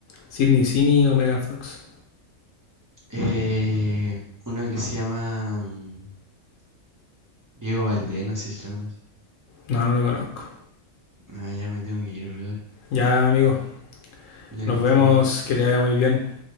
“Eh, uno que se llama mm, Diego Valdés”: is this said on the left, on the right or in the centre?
Right